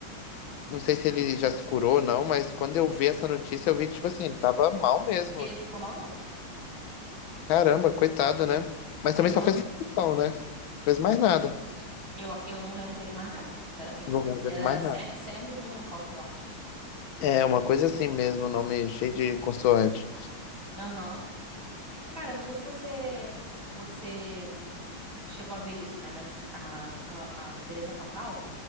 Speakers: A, on the left; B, on the right.
A: Não sei se ele já se curou ou não, mas quando eu vi essa notícia, eu vi que, tipo assim, ele tava mal mesmo.
B: Ele ficou malzão.
A: Caramba, coitado, né? Mas
B: Aham.
A: também só fez maldição, né? Não fez mais nada.
B: Eu, eu não lembro dele mais nada, sinceramente.
A: Não lembro
B: Era
A: dele mais
B: Sé-
A: nada.
B: Sérgio Rondiakoff, eu acho.
A: É, uma coisa assim mesmo, nome cheio de consoante.
B: Aham. Cara, não sei se você você chegou a ver isso, né? Mas a, a Beleza Fatal